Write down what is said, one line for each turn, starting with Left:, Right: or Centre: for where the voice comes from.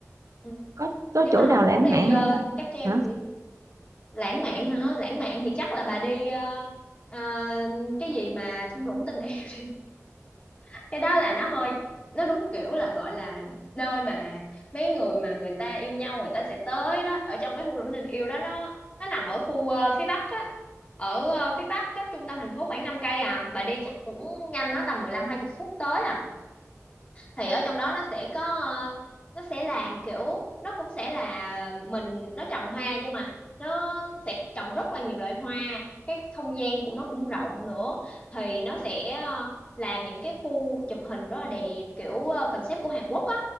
Left: Ừ.
Right: có có
Left: nếu
Right: chỗ
Left: mà
Right: nào
Left: không muốn
Right: lãng
Left: đi
Right: mạn
Left: ờ,
Right: không bà
Left: cáp treo thì đi đó. lãng mạn hả lãng mạn thì chắc là bà đi ờ, ờ, cái gì mà thung lũng tình yêu đi. <laughs> cái đó là nó hơi nó đúng kiểu là gọi là nơi mà mấy người mà người ta yêu nhau người ta sẽ tới đó ở trong cái thung lũng tình yêu đó nó nó nằm ở khu ờ, phía bắc á ở ờ, phía bắc cách trung tâm thành phố khoảng 5 cây à bà đi chắc cũng nhanh đó tầm mười lăm hai 20 phút tới à thì ở trong đó nó sẽ có ờ, nó sẽ làm kiểu nó cũng sẽ là mình nó trồng hoa nhưng mà nó sẽ trồng rất là nhiều loại hoa cái không gian của nó cũng rộng nữa thì nó sẽ ờ, làm những cái khu chụp hình rất là đẹp kiểu ờ, concept của Hàn Quốc á